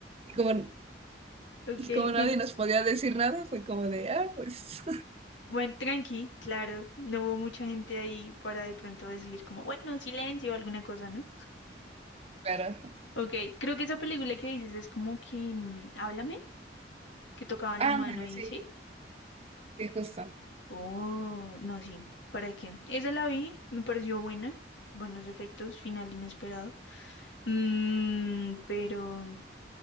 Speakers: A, on the right; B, on the left.
A: Y como,
B: Ok,
A: y como
B: mire.
A: nadie nos podía decir nada, fue como de, ah, pues, <laughs>
B: Buen tranqui, claro. No hubo mucha gente ahí para de pronto decir como, bueno, silencio o alguna cosa, ¿no?
A: claro.
B: Ok, creo que esa película que dices es como que, mm, háblame, que tocaban
A: Ándale,
B: la mano y
A: sí,
B: sí.
A: sí, justo.
B: Oh, no, sí. ¿Para qué? Esa la vi, me pareció buena. Buenos efectos, final inesperado. Mm, pero.